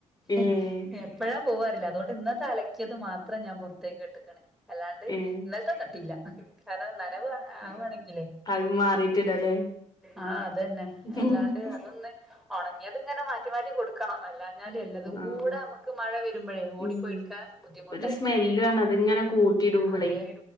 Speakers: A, on the left (about 30°); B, in the centre.
A: ഏഹ്
B: ഉം എപ്പഴാ പോവാറില്ല അതുകൊണ്ട് ഇന്നത്തെ അലക്കിയത് മാത്രം ഞാൻ പുറത്തേക്ക് ഇട്ടേക്കണെ അല്ലാണ്ട്
A: ഏഹ്
B: ഇന്നലത്തെ കട്ടീല്ലാ കാരണം നനവെ ആവാണെങ്കിലേ
A: അത് മാറിട്ടിടലേ
B: ആ അതന്നെ അല്ലാണ്ട്
A: ആഹ്
B: അതൊന്നെ ഒണങ്ങിയതിങ്ങനെ മാറ്റി മാറ്റി കൊടുക്ക് ക്കണം അല്ലാഞ്ഞല് എല്ലതും കൂടെ
A: ആഹ്
B: നമ്മക്ക് മഴ വരുമ്പഴേ ഓടിപ്പോയെ
A: ഉം
B: ടുക്കാൻ ബുദ്ധിമുട്ടായിക്കും
A: ഒരു സ്മെല്ലു ആണ് അതിങ്ങനെ കൂട്ടിയിടുമ്പളേ
B: അതെ